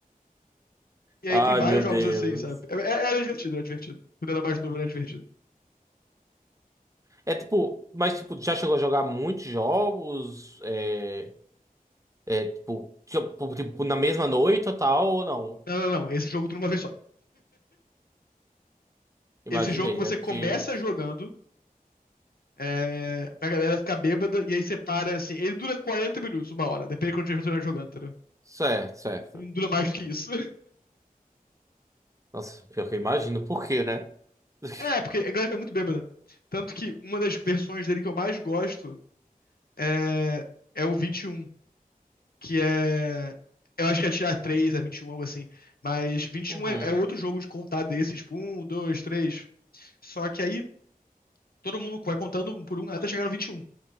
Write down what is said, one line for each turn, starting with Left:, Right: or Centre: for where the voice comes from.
Left: E aí
Right: Ai,
Left: tem vários
Right: meu
Left: jogos
Right: Deus.
Left: assim, sabe? É- é- Era divertido, era divertido. Quando era mais novo, era divertido.
Right: É tipo, mas tipo, já chegou a jogar muitos jogos? É, é tipo, tipo, tipo, tipo, na mesma noite ou tal, ou não?
Left: Não, não, não. Esse jogo tudo uma vez só.
Right: Imaginei,
Left: Esse jogo você
Right: né? Porque.
Left: começa jogando é, pra galera ficar bêbada, e aí você para assim. Ele dura 40 minutos, uma hora, depende de quanto você estiver jogando, entendeu?
Right: Certo, certo.
Left: Ele não dura mais do que isso.
Right: Nossa, pior que eu imagino por quê, né? <laughs>
Left: É, porque a galera é muito bêbada. Tanto que uma das versões dele que eu mais gosto é, é o 21, que é. Eu acho que é tirar 3, é 21, algo assim. Mas 21
Right: Uhum.
Left: é, é outro jogo de contar desses, tipo, 1, 2, 3. Só que aí todo mundo vai contando um por um até chegar no 21.